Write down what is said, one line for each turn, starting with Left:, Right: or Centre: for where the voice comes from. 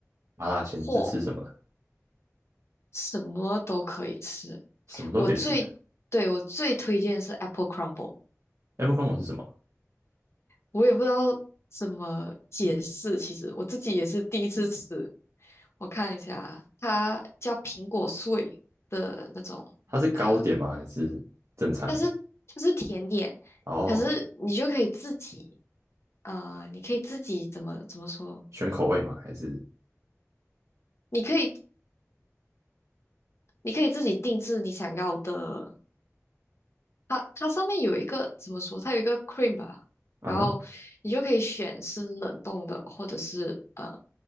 Right: 麻辣鲜是吃什么的？
Left: 货，什么都可以吃。
Right: 什么都可以吃。
Left: 我最对我最推荐是 Apple Crumble。
Right: Abercrombie 是什么？
Left: 我也不知道怎么解释。其实我自己也是第一次吃，我看一下，它叫苹果碎的那种，
Right: 它是糕点吗？
Left: 呃，
Right: 还是正餐的？
Left: 它是就是甜点，
Right: 哦，
Left: 可是你就可以自己，呃，你可以自己怎么怎么说？
Right: 选口味吗？还是
Left: 你可以你可以自己定制你想要的它它上面有一个怎么说？它有一个 cream 吧，
Right: 啊哈
Left: 然后你就可以选是冷冻的，或者是呃